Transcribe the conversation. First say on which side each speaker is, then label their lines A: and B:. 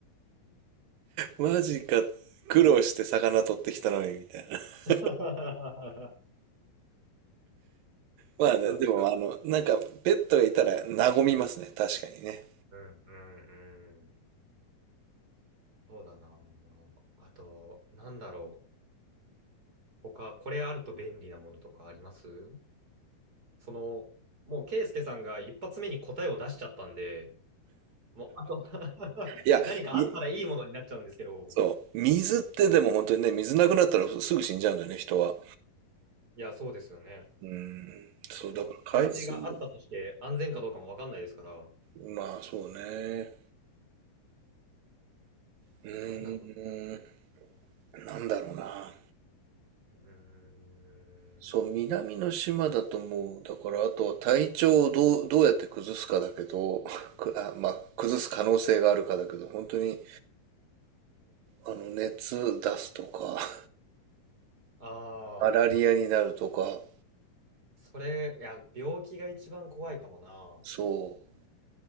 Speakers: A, on the right; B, on the right.
A: マジか。苦労して魚取ってきたのに、みたいな。<laughs>
B: <laughs>
A: まあね、
B: 確かに。
A: でも、あの、なんか、ペットがいたら和みますね。確かにね。
B: うんうんうん。そうだな。あと、なんだろう。他、これあると便利なものとかありますその、もう、ケイスケさんが一発目に答えを出しちゃったんで、もう、あと <laughs>
A: いや、
B: 何かあったらいいものになっちゃうんですけど。
A: み、そう。水ってでも本当にね、水なくなったらすぐ死んじゃうんだよね、人は。
B: いや、そうですよね。
A: うん。そう、
B: その淡水があったとして安全かどうかもわかんないですから。
A: だから海水も、まあそうね。
B: あと、
A: うーん、
B: なんだろう
A: なんだろうな。
B: な。うーん。
A: そう、南の島だともう、だからあとは体調をどう、どうやって崩すかだけど、<laughs> く、あ、まあ、崩す可能性があるかだけど、本当にあの、熱出すとか、<laughs>
B: ああ、
A: マラリアになるとか、
B: それ、いや、病気が一番怖いかもな。
A: そう。